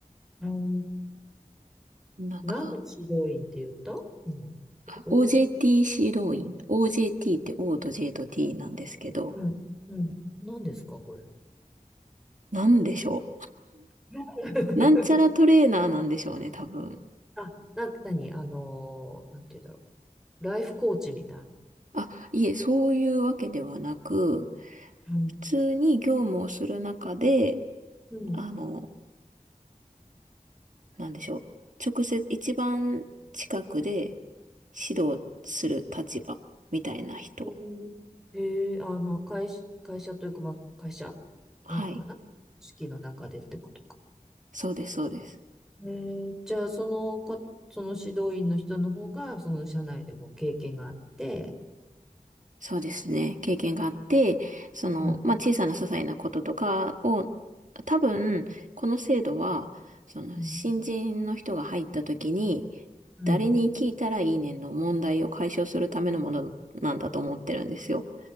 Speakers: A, in the centre; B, on the right.
A: うん
B: なんか、
A: 何の指導員って言った今。
B: あ
A: お、
B: OJT 指導員。OJT って O と J と T なんですけど、
A: うん。うん。何ですかこれ。
B: なんでしょ
A: <laughs>
B: う。<laughs> なんちゃらトレーナーなんでしょうね、多分。
A: あ、な、なに、あのーなんて言うんだろう。ライフコーチみたいな。
B: あ、いえ、そういうわけではなく、
A: うん
B: 普通に業務をする中で、
A: うん。
B: あの、なんでしょう。直接、一番近くで指導する立場みたいな人。
A: へええーあ、まあ、会社、会社というか、まあ、会社なのかな組織の中でってことか。
B: はい。そうです、そうです。
A: えーじゃあ、そのか、その指導員の人の方が、その社内でも経験があって、
B: そうですね。経験があって、その、
A: うん、
B: まあ、小さな些細なこととかを、多分、この制度は、その、
A: うん、
B: 新人の人が入った時に、
A: うん、
B: 誰に聞いたらいいねんの問題を解消するためのものなんだと思ってるんですよ。